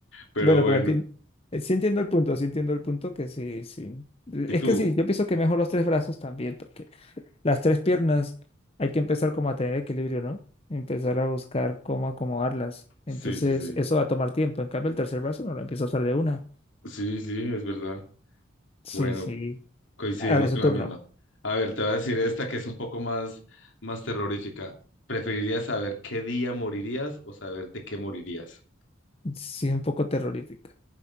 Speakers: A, on the left (about 70°); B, on the left (about 30°).
A: Pero
B: Bueno,
A: bueno.
B: pero enti- eh, sí entiendo el punto, sí entiendo el punto que sí, sí.
A: ¿Y
B: Es
A: tú?
B: que sí, yo pienso que mejor los tres brazos también, porque las tres piernas hay que empezar como a tener equilibrio, ¿no? Empezar a buscar cómo acomodarlas.
A: Sí,
B: Entonces,
A: sí, sí.
B: eso va a tomar tiempo. En cambio, el tercer brazo no lo empiezo a usar de una.
A: Sí, sí, es verdad.
B: Sí,
A: Bueno,
B: sí.
A: coincidimos
B: Ahora es
A: con
B: su turno.
A: la misma. A ver, te voy a decir esta que es un poco más, más terrorífica. ¿Preferirías saber qué día morirías o saber de qué morirías?
B: Sí, es un poco terrorífica.